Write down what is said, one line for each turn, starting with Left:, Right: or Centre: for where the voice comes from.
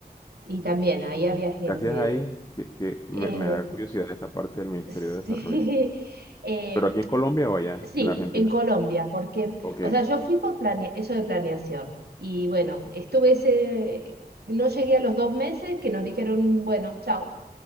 Right: y también ahí había gente,
Left: Gracias ahí, que, que me,
Right: eh,
Left: me da curiosidad esa parte del
Right: <laughs>
Left: Ministerio de Desarrollo.
Right: sí, eh,
Left: ¿Pero aquí en Colombia o allá,
Right: Sí,
Left: en Argentina?
Right: en Colombia, porque,
Left: Ok.
Right: o sea, yo fui por plane- eso de planeación y bueno, estuve ese, no llegué a los dos meses que nos dijeron, bueno, chao.